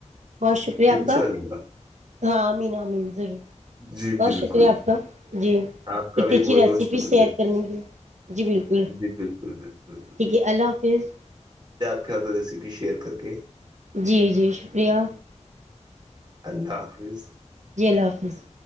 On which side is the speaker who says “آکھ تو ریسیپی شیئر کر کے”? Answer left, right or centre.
Right